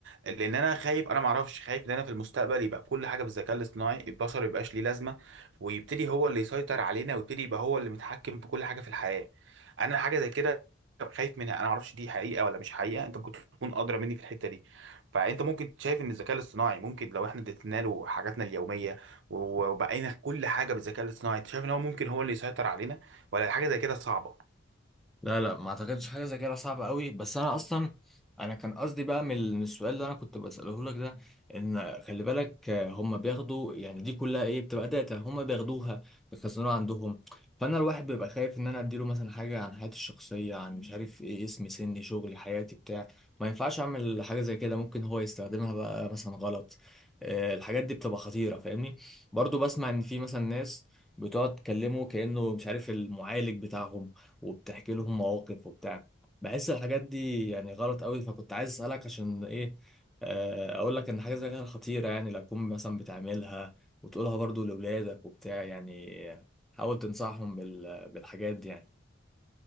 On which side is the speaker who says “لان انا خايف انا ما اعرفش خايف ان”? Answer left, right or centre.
Right